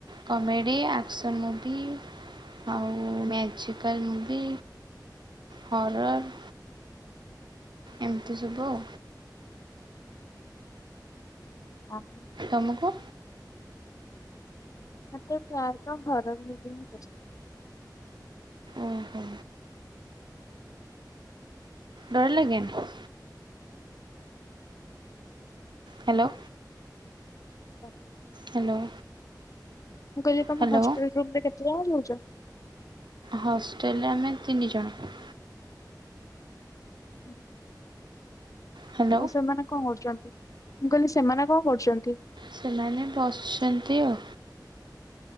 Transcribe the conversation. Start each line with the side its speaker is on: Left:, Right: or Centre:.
Right: କମେଡ଼ି ଆକ୍ସନ୍ ମୁଭି ଆଉ ମ୍ୟାଜିକାଲ୍ ମୁଭି। ହରର୍। ଏମତି ସବୁ ଆଉ।
Left: ଅ ହଁ।
Right: ତମୁକୁ?
Left: ମତେ ପ୍ରାୟତଃ ହରର୍ ମୁଭି ହିଁ ପ
Right: ଓହୋ ଡର ଲାଗେନି? ହ୍ୟାଲୋ।
Left: ତ
Right: ହ୍ୟାଲୋ।
Left: ମୁଁ କହିଲି ତମ
Right: ହ୍ୟାଲୋ
Left: ହଷ୍ଟେଲ ରୁମ୍ ରେ କେତେ ଜଣ ରହୁଚ?
Right: ହଷ୍ଟେଲରେ ଆମେ ତିନି ଜଣ।
Left: ଉଁ
Right: ହ୍ୟାଲୋ
Left: ଆଉ ସେମାନେ କଁ କରୁଚନ୍ତି? ମୁଁ କହିଲି ସେମାନେ କଁ କରୁଚନ୍ତି?
Right: ସେମାନେ ବସଛନ୍ତି ଆଉ।